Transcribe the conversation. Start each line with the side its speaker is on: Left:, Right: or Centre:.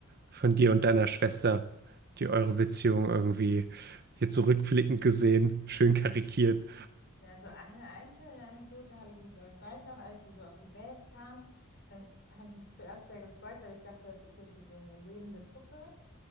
Right: von dir und deiner Schwester, die eure Beziehung irgendwie hier zurückblickend gesehen, schön karikiert,
Left: Na, so eine einzelne Anekdote habe ich nicht, aber ich weiß noch, als sie so auf die Welt kam, dann habe ich mich zuerst sehr gefreut, weil ich dachte, das ist jetzt wie so eine lebende Puppe.